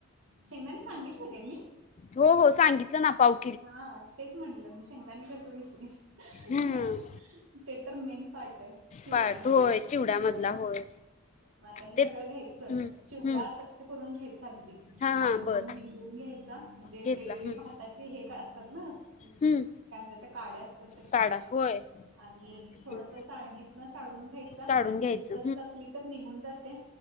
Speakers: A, on the right; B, on the left.
A: शेंगदाणे सांगितलं काय मी.
B: हो हो सांगितलं ना पाऊ.
A: हा तेच म्हणलं मी शेंगदाने कसं विसरेन
B: हम्म
A: ह. ते तर मेन पार्ट आहे चिवड्यामधला
B: पार्ट होय चिवड्यामधला
A: हो.
B: होय
A: मग आता हे
B: ते
A: सगळं घ्यायचं
B: हम्म
A: चिवडा
B: हम्म
A: स्वच्छ करून घ्यायचा अगदी
B: हा हा
A: पाखडून.
B: बस
A: दुध घ्यायचा म्हणजे
B: घेतला
A: ते
B: हम्म
A: त्याची हे काय असतात ना त्या
B: हम्म
A: काय म्हणतात काड्या असतात त्याच्यामध्ये
B: काढा होय
A: आणि
B: हम्म.
A: थोडस चाळणीतन चाळून घ्यायचा.
B: काढून
A: म्हणजे
B: घ्यायचं
A: डस्ट असली तर निघून जाते.